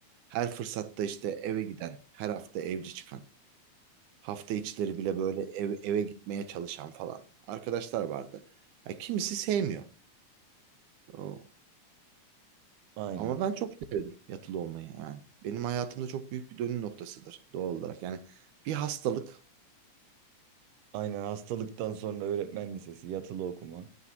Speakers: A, on the right (about 85°); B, on the right (about 70°).
A: Her fırsatta işte eve giden, her hafta evci çıkan. Hafta içleri bile böyle ev- eve gitmeye çalışan falan arkadaşlar vardı. Ya kimisi sevmiyor. O.
B: Aynen.
A: Ama ben çok sevdim yatılı olmayı yani. Benim hayatımda çok büyük bir dönüm noktasıdır doğal olarak. Yani bir hastalık.
B: Aynen hastalıktan sonra öğretmen lisesi, yatılı okuma.